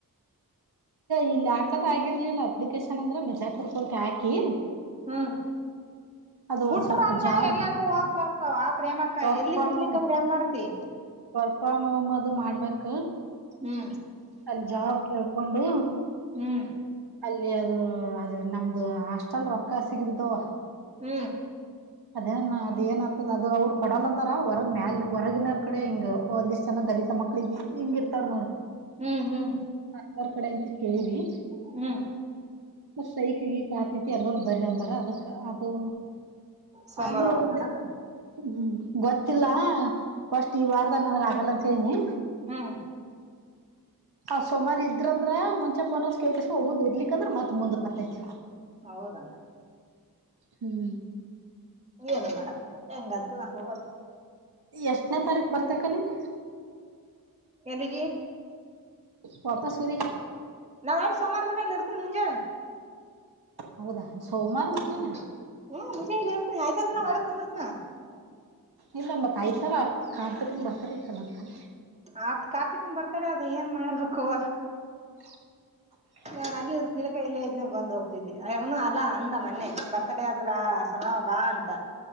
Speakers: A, on the right; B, on the right.
A: ಇಲ್ಲಿ ಹಾಕದಗಾಗಿರ್ಲಿಲ್ಲ ಅಪ್ಲಿಕೇಶನ್ ಅಂದ್ರೆ ಬಿಜಾಪುರ ಹೋಗಿ ಹಾಕಿ
B: ಹುಂ
A: ಅದು
B: ಬಿಟ್ರ
A: ಒಂದ್ ಸ್ವಲ್ಪ
B: ಅಂದ್ರ
A: ಜಾಬ್
B: ಎಲ್ಲಾದ್ರೂ ಹೋಗ ಬರ್ತವ ವಾ ಪ್ರೇಮಕ್ಕಾ
A: ವರ್ಕ್
B: ಎಲ್ಲಿ
A: ಫ್ರಮ್
B: ಬಿಡ್ಲಿಕ್ಕಂದ್ರೆ
A: ಹೋಮ್
B: ಏನ್ ಮಾಡ್ತಿ
A: ವರ್ಕ್ ಫ್ರಾಮ್ ಹೋಮ್ ಅದು ಮಾಡ್ಬೇಕ
B: ಹುಂ
A: ಅಲ್ಲಿ ಜಾಬ್ ಕೇಳ್ಕೊಂಡು.
B: ಹುಂ
A: ಅಲ್ಲಿ ಅದು ಅದು ನಮ್ದು ಹಾಸ್ಟೆಲ್ ರೊಕ್ಕ ಸಿಗಿಬಿದವ
B: ಹ್ಮ್
A: ಅದೇನ್ ಅದ ಏನ್ ಆತದ ಅದು ಅವ್ರ ಕೊಡಲ್ಲ ಅಂತಾರ ಹೊರಗ್ ಮ್ಯಾಲ ಹೊರಗಿನವರ ಕಡೆ ಹಿಂಗ್ ಒಂದಿಷ್ಟ್ ಜನ ದಲಿತ ತಾ ಮಕ್ಳಿಗೆ ಹಿಂಗ ಇರ್ತಾರ ನೋಡ್ರ
B: ಹ್ಮ್ ಹ್ಮ್
A: ಅಂತ್ರ ಕಡೆ ಇಂದ ಕೇಳಿವಿ
B: ಹ್ಮ್
A: ಸ್ಟ್ರೈಕ್ ಗಿಕ್ ಅತಿತ್ತು ಎಲ್ಲರು ಬರೀ ಅಂದಾರ ಅದಕ್ ಅದು
B: ಸೋಮವಾರ
A: ಅದು
B: ಹೋಗ್ಬೇಕನಕ
A: ಒಂದು ಹ್ಮ್ ಗೊತ್ತಿಲ್ಲ ಫಸ್ಟ್ ಈ ವಾರದ ನನ್ಗ್ ಆಗಲ್ಲ ಅಂತ ಹೇಳಿನಿ
B: ಹ್ಮ್
A: ಅವ್ ಸೋಮಾರ ಇದ್ರಂದ್ರ ಮುಂಚೆ ಪೋನ್ ಕೈ ಕಸ ಹೋಗದ್ ಇರ್ಲಿಕ್ ಅಂದ್ರ ಮತ್ ಮುಂದ್ ಕತೈತಿ
B: ಹೌದ...
A: ಹ್ಮ್
B: ಏನು ಮಾಡಕಗಾಲ ಹೆಂಗಂತ ನಂಗ ಹೋಗದ್
A: ಎಷ್ಟನೇ ತಾರೀಕ್ ಬರ್ತಿಕ್ಕ ನೀನ್
B: ಎಲ್ಲಿಗಿ
A: ವಾಪಸ್ ಊರಿ
B: ನಾ ಸೋಮವಾರ ದಿನ್ ಇರ್ತನ್ ಮುಂಜೆ
A: ಹೌದಾ ಸೋಮವಾರ
B: ಹ್ಮ್
A: ಮುಂಜೆನೇ
B: ಹ್ಮ್ ಮುಂಜಾನೆ ಇಲ್ಲಿ ಇರ್ತೀನಿ ಆಯ್ತಾದ ನಾ ಹೊಳ್ ಕುಂದಿರ್ತನ
A: ಇಲ್ಲ ಮತ್ತತ್ <unintelligible> ಐ್ತರ ಕಾರ್ತಕನ್ ಬರ್ತಡೆ ಇಕ್ಕಲ್ಲಕಾನ
B: ಆತ್ ಕಾರ್ತಿಕನ್ ಬರ್ತಾಡೇ ಅದ ಏನ್ ಮಾಡರ್ಬೇಕುವ
A: <unintelligible>
B: ನಾನ್ ಅಲ್ಲಿ ತಿಲಕ ಇಲ್ಲೇ ಇದನ ಬಂದ್ ಹೋಗ್ತಿದ್ವಿ ಅವನು ಅಲ್ಲಾ ಅಂದ ಮನ್ನೆ ಬರ್ತ್ಡೇ ಆದದಲ್ಲ ಹಡಾ ಬಾ ಅಂತ